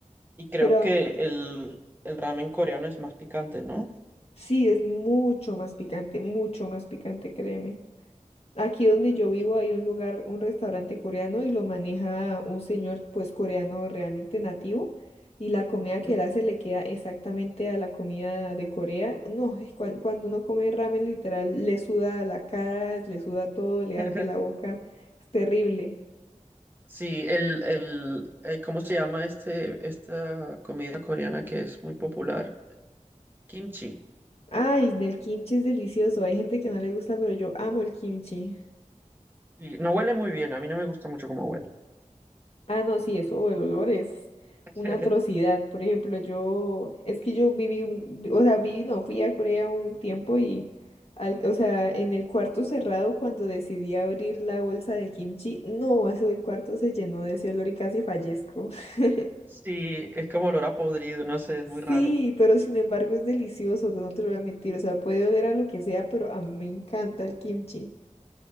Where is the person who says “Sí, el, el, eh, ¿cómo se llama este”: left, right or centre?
Right